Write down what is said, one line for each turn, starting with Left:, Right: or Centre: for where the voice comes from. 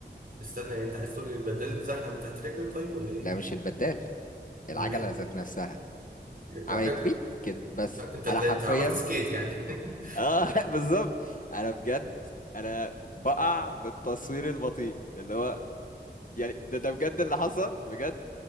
Right: استنى يعني انت عايز تقول لي البدال اتزحلق من تحت رجلك طيب ولا ايه
Left: لا مش البدال العجله
Right: امال ايه
Left: ذات نفسها
Right: العجل-
Left: عملت تويت كده بس
Right: انت انت
Left: انا حرفيا
Right: عملت سكيت يعني <laughs>
Left: اه <laughs> بالظبط انا بجد انا بقع بالتصوير البطيء اللي هو يعني ده ده بجد اللي حصل بجد